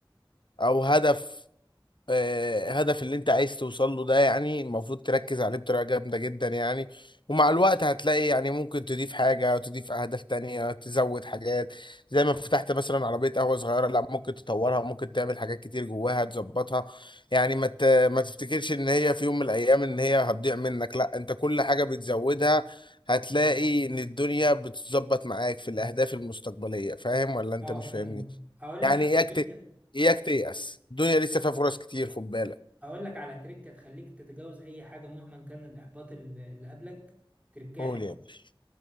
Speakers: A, on the left; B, on the right.
A: او هدف آه، هدف اللي انت عايز توصل له ده يعني المفروض تركز عليه بطريقة جامدة جدا يعني ومع الوقت هتلاقي يعني ممكن تضيف حاجة تضيف أهداف تانية تزود حاجات زي ما فتحت مثلا عربية قهوة صغيرة لا ممكن تطورها ممكن تعمل حاجات كتير جواها تظبطها يعني ما ت- ما تفتكرش ان هي في يوم من الأيام ان هي هتضيع منك لا انت كل حاجة بتزودها هتلاقي ان الدنيا بتتظبط معاك في الأهداف المستقبلية فاهم ولا انت
B: اه
A: مش
B: فاهم
A: فاهمني
B: اقول
A: يعني
B: لك على
A: ايه
B: تريكة
A: اياك تيأس الدنيا لسه فيها فرص كتير خد بالك
B: اقول لك على تريكة تخليك تتجاوز اي حاجة مهما كان الإحباط ال- اللي قبلك تركاها
A: قول
B: حلوة
A: يا باشا